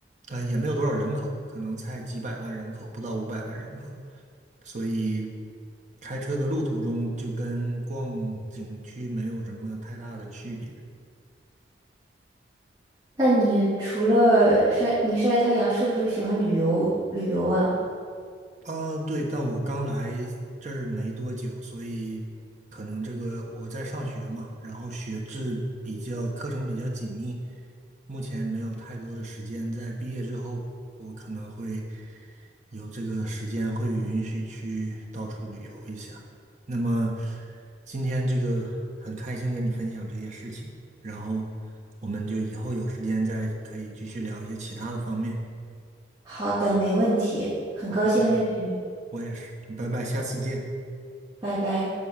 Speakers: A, on the right (about 45°); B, on the right (about 25°).
A: 呃，也没有多少人口，可能才几百万人口，不到五百万人口，所以开车的路途中就跟逛景区没有什么太大的区别。
B: 那你除了晒，你晒太阳是不是喜欢旅游旅游啊？
A: 啊，对，但我刚来这儿没多久，所以可能这个我在上学嘛，然后学制比较，课程比较紧密，目前没有太多的时间。在毕业之后，我可能会有这个时间，会允许去到处旅游一下。那么今天这个很开心跟你分享这些事情，然后我们就以后有时间再可以继续聊一些其他的方面。
B: 好的，没问题，很高兴认识你，
A: 好，那我也是，拜拜，下次见。
B: 拜拜。